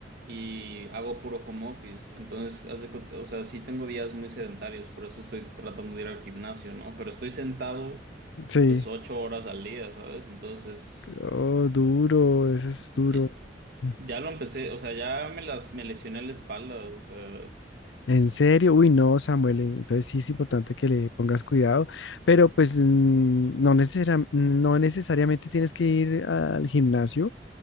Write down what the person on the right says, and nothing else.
y hago puro home office. Entonces, haz de cu- o sea, sí tengo días muy sedentarios, por eso estoy tratando de ir al gimnasio, ¿no? Pero estoy sentado
pues ocho horas al día, ¿sabes? Entonces,
ye-
ya, lo empecé, o sea, ya me las, me lesioné la espalda, o sea,